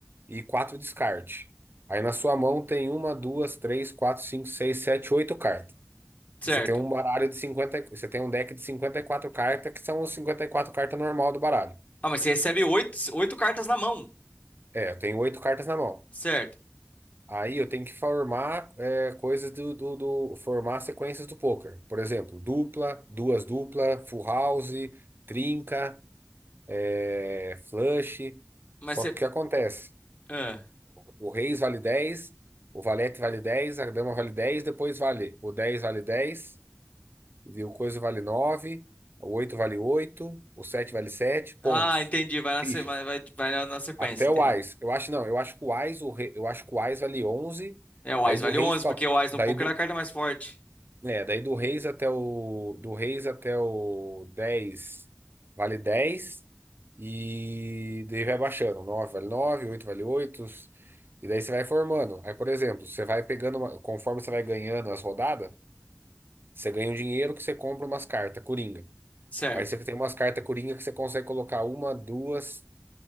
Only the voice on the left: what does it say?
certo.
Ah, mas você recebe oito, oito cartas na mão.
Certo.
Mas
você.
Ah,
Ah, entendi. Vai na,
se- vai, vai, vai na, na sequência,
entendi.
É, o
Ás
vale
onze
porque o Ás no
poker
é a carta mais forte.
Certo.